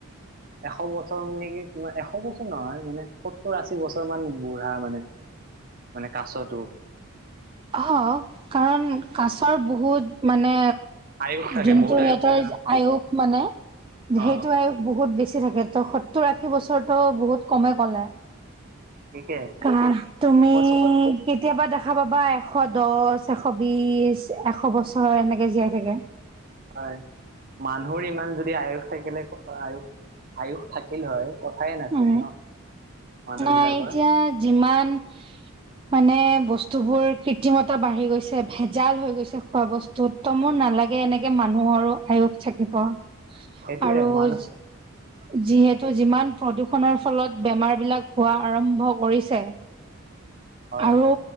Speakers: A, on the right; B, on the right.
A: এশ বছৰ মানে কি এশ বছৰ। নহয় মানে সত্তৰ আশী বছৰ মান বুঢ়া মানে মানে কাছতো
B: অ' কাৰণ কাছৰ বহুত মানে।
A: আয়ুস থাকে
B: যোনটো
A: বহুত
B: সিহঁতৰ
A: আয়ুস থাকে ন
B: আয়ুস মানে
A: অ
B: সেইটো বহুত বেছি থাকে। সত্তৰ আশী বছৰটো বহুত কমেই ক'লে।
A: ঠিকে
B: কা তুমি
A: মই চবত
B: কেতিয়াবা দেখা পাবা। এশ দহ, এশ বিশ, এশ বছৰ এনেকে জীয়াই থাকে।
A: হয় মানুহৰ ইমান যদি আয়ুস থাকিলে আয়ুস- আয়ুস থাকিল হয়। কথাইে নাছিল
B: উম,
A: ন। মানুহ
B: নাই
A: বিলাকৰ
B: এতিয়া যিমান মানে বস্তু। বস্তুবোৰ কৃত্ৰিমতা বাঢ়ি গৈছে। ভেজাল হৈ গৈছে। খোৱা বস্তুত ত মোৰ নালাগে এনেকে মানুহ মোৰো আয়ুস থাকিব।
A: সেইটোয়ে
B: আৰু
A: মানুহ।
B: যিহেতু যিমান প্ৰদূৰষণৰ ফলত বেমাৰ বিলাক হোৱা আৰম্ভ কৰিছে।
A: <unintelligible>
B: আৰু
A: হয়